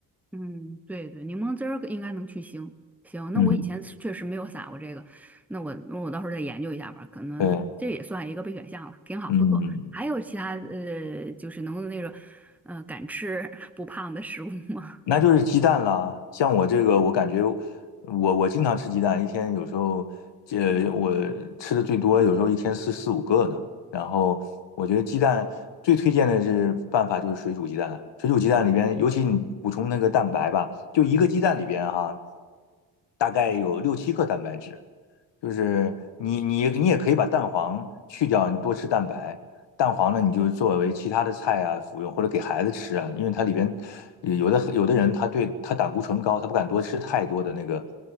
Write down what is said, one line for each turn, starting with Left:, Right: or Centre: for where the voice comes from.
Centre: 嗯，对对，柠檬汁儿应该能去腥。行，那我以前确实没有撒过这个，
Left: 嗯，
Centre: 那我那我到时候再研究一下吧，可能这也算一个备选项了，
Left: 对，
Centre: 挺好，
Left: 嗯，
Centre: 不错。还有其他呃，就是能那种呃敢吃 <laughs> 不胖的食物吗？
Left: 那就是鸡蛋啦。像我这个，我感觉我我经常吃鸡蛋，一天有时候这我吃的最多，有时候一天四四五个呢。然后我觉得鸡蛋最推荐的是办法就是水煮鸡蛋，水煮鸡蛋里边，尤其你补充那个蛋白吧，就一个鸡蛋里边哈、大概有六七克蛋白质。就是你你你也可以把蛋黄去掉，你多吃蛋白。蛋黄呢，你就作为其他的菜啊服用，或者给孩子吃啊，因为它里边有的有的人他对他胆固醇高，他不敢多吃太多的那个